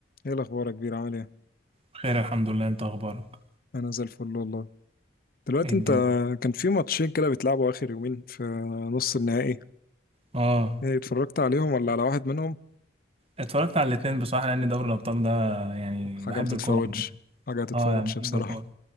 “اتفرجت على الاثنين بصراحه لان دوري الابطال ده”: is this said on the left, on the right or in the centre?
Right